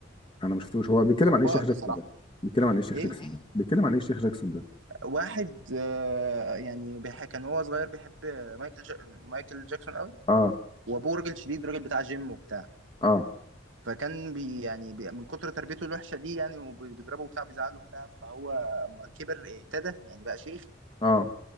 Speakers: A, on the left (about 25°); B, on the right (about 85°).
A: انا ما شفتوش هو بيتكلم
B: جبار
A: عن ايه الشيخ جاكسون
B: بصراحه
A: ده بيتكلم عن ايه الشيخ
B: ايه
A: جاكسون ده بيتكلم عن ايه الشيخ جاكسون ده
B: واحد آه، يعني بيح... كان وهو صغير بيحب مايكل جا... مايكل جاكسون قوي
A: اه
B: وابوه راجل شديد راجل بتاع جيم وبتاع
A: اه
B: فكان بي يعني بي من كتر تربيته الوحشه دي يعني وبيضربه وبتاع بيزعله وبتاع فهو اما كبر اهتدى يعني بقى شيخ
A: اه